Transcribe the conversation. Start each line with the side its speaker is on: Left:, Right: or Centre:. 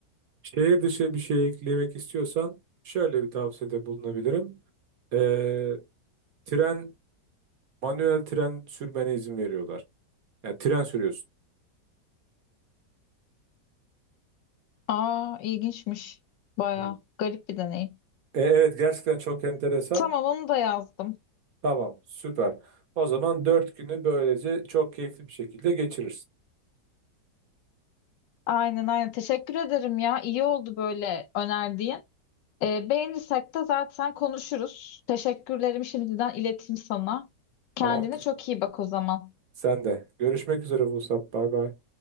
Right: Şehir dışı bir şey eklemek istiyorsan şöyle bir tavsiyede bulunabilirim. Ee, tren, manuel tren sürmene izin veriyorlar. Yani tren sürüyorsun.
Left: Aa ilginçmiş. Baya
Right: Hı.
Left: garip bir deneyim.
Right: E, evet gerçekten çok enteresan.
Left: Tamam onu da yazdım.
Right: Tamam, süper. O zaman dört günü böylece çok keyifli bir şekilde geçirirsin.
Left: Aynen aynen. Teşekkür ederim ya. İyi oldu böyle önerdiğin. Ee, beğenirsek de zaten konuşuruz. Teşekkürlerimi şimdiden ileteyim sana. Kendine
Right: Tamamdır.
Left: çok iyi bak o zaman.
Right: Sen de. Görüşmek üzere Vuslat. Bay bay.